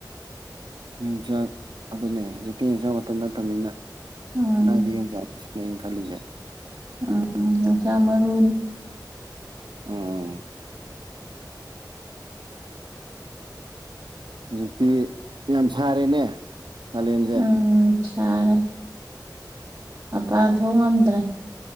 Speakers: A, on the right (about 80°); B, on the right (about 35°).
A: ꯌꯣꯡꯆꯥꯛ ꯑꯗꯨꯅꯦ ꯍꯧꯖꯤꯛꯇꯤ ꯌꯣꯡꯆꯥꯛ ꯃꯇꯝ ꯅꯠꯇꯝꯅꯤꯅ
B: ꯎꯝ
A: ꯀꯥꯏꯗ ꯌꯣꯡꯆꯥꯛ ꯅꯦ ꯈꯜꯂꯤꯁꯦ
B: ꯎꯝ ꯌꯣꯆꯥꯛ ꯃꯔꯨꯅꯤ
A: ꯎꯝ ꯍꯧꯖꯤꯛꯇꯤ ꯌꯥꯝ ꯁꯥꯔꯦꯅꯦ ꯀꯥꯂꯦꯟꯁꯦ
B: ꯎꯝ ꯁꯥꯔꯦ ꯃꯄꯥꯟ ꯊꯣꯛ ꯉꯝꯗ꯭ꯔꯦ